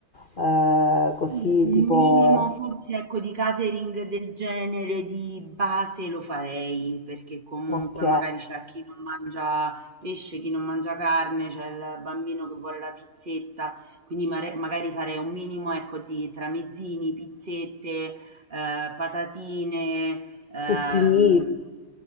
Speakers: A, on the left (about 40°); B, on the right (about 35°).
A: eh, così
B: Sì, un
A: tipo,
B: minimo forse ecco di catering del genere di base lo farei, perché comunque
A: ok,
B: magari c'è chi non mangia pesce, chi non mangia carne, c'è il bambino che vuole la pizzetta, quindi mare- magari farei un minimo ecco di tramezzini, pizzette, eh, patatine, ehm,
A: supplì,